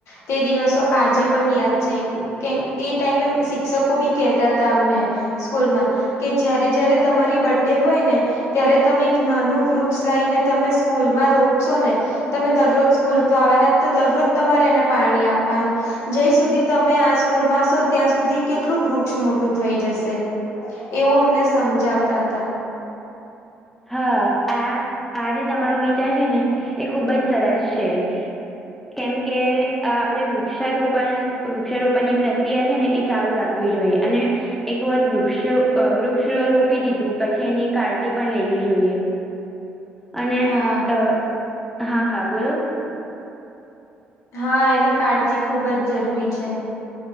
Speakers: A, on the left; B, in the centre.
A: તે દિવસો આજે પણ યાદ છે. કે એ ટાઈમે શિક્ષકો બી કેહેતા હતા અમને સ્કૂલમાં. કે જ્યારે જ્યારે તમારી બર્ ડે હોય ને. ત્યારે તમે એક નાનું વૃક્ષ લઈને તમે સ્કૂલમાં રોપશો ને. તમે દરરોજ સ્કૂલ તો આવવાના તો દરરોજ તમારે એને પાણી આપવાનું જ્યાં સુધી તમે આ સ્કૂલમાંશો ત્યાં સુધી કેટલું વૃક્ષ મોટું થઈ જશે. એવું અમને સમજાવતા હતા.
B: હા આ આ જે તમારો વિચાર છે ને એ ખુબ જ સરસ છે. કેમ કે અ આપડે વૃક્ષારોપણ વૃક્ષારોપણ ની પ્રક્રિયા છે ને એ ચાલુ રાખ. રાખવી જોઈએ અને એક વખત વૃક્ષ અ વૃક્ષ રોપી દીધું પછી એની કાળજી પણ લેવી જોઈએ. અને
A: હા
B: અ હા હા બોલો.
A: હા એની કાળજી ખુબ જ જરૂરી છે.